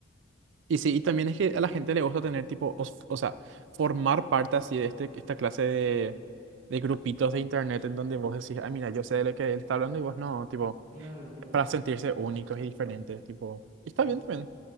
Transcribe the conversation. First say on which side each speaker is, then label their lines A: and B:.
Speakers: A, on the right; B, on the right.
A: Y sí, y también es que a la gente le gusta tener tipo, o, s- o sea, formar parte así de este, esta clase de, de grupitos de internet en donde vos decís, ah, mira, yo sé de lo que él está hablando y vos no, tipo,
B: Claro, claro.
A: para sentirse únicos y diferentes, tipo, y
B: Sí,
A: está bien
B: sí,
A: también,
B: sí.